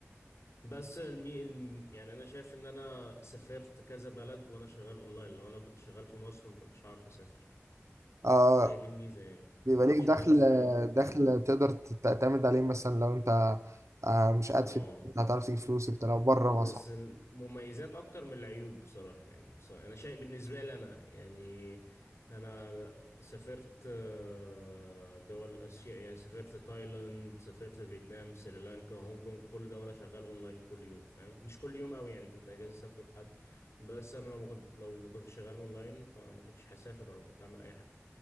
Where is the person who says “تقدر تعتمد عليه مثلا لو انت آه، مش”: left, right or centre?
Right